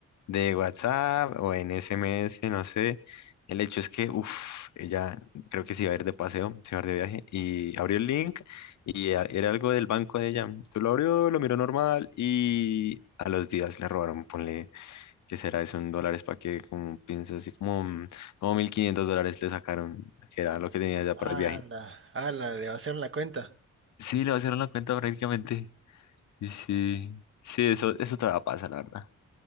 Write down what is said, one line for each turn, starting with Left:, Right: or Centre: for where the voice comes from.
Left: de WhatsApp o en SMS, no sé. El hecho es que, uff, ella creo que se iba a ir de paseo, se iba a ir de viaje y abrió el link y a- era algo del banco de ella. Tú lo abrió, lo miró normal y a los días le robaron, ponle que será eso en dólares para que como piensa así como, mm, como 1500 dólares le sacaron, que era lo que tenía ya para
Right: Ah,
Left: el viaje.
Right: la, ah, la, de vaciaron la cuenta.
Left: Sí, le vaciaron la cuenta prácticamente. Y sí, sí, eso, eso todavía pasa, la verdad.